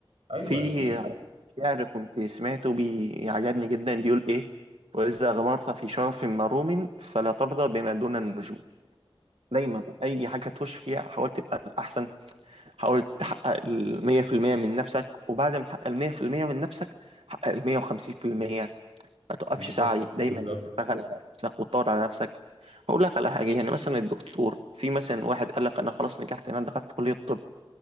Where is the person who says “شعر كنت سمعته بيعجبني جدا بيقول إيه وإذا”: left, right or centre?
Right